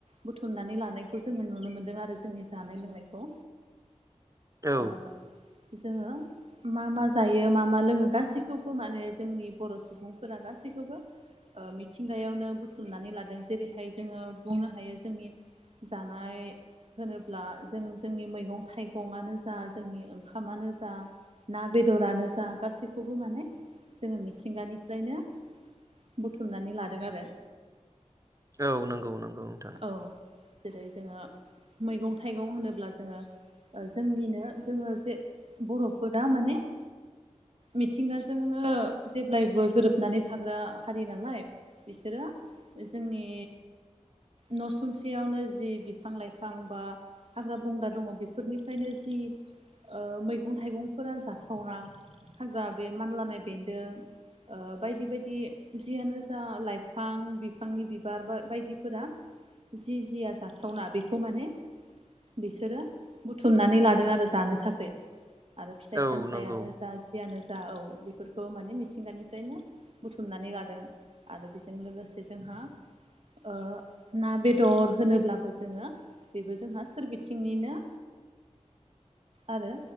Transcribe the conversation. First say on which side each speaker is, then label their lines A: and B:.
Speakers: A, on the right (about 55°); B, on the right (about 30°).
A: बुथुमनानै लानायखौ जोङो नुनो मोन्दों आरो जोंनि जानाय लोंनायखौ
B: औ
A: ओ जोङो मा मा जायो मा मा लोङो गासैखौबो माने जोंनि बर' सुबुंफोरा गासैखौबो ओ मिथिंगायावनो बुथुमनानै लादों जेरैहाय जोङो बुंनो हायोज जोंनि जानाय होनोब्ला जों जोंनि मैगं थाइगंआनो जा जोंनि ओंखामानो जा ना बेदरानो जा गासैखौबो माने जोङो मिथिंगानिफ्रायनो बुथुमनानै लादों आरो।
B: औ नंगौ नंगौ। नोंथां
A: औ जेरै जोङो मैगं थाइगं होनोब्ला जोङो ओ जोंनिनो जोङो जे बर'फोरा माने मिथिंगाजोंनो जेब्लायबो गोरोबनानै थाग्रा हारि नालाय बिसोरो जोंनि न' सुंसेयावनो जि बिफां लाइफां बा हाग्रा बंग्रा दङ बेफोरनिफ्रायनो जि ओ-मैगं थाइगंफोरा जाथावना। हाग्रा बे मानलानाय बेन्दों। ओ बायदि बायदि जियानो जा लाइफां बिफांनि बिबार बा- बायदिफोरा जि जिया जाथावना बेखौ माने बिसोरो बुथुमनानै लादों आरो जानो थाखै। आरो फिथाइ
B: औ
A: सामथायाइानो
B: नंगौ
A: जा जियानो जा औ बेफोरखौ माने मिथिंगानिफ्रायनो बुथुमनानै लाादों आरो बेजों लोगोसे जोंहा ओ- ना बेदर होनोब्लाबो जोङो बेबो जोंहा सोरबिथिंनिनो आरो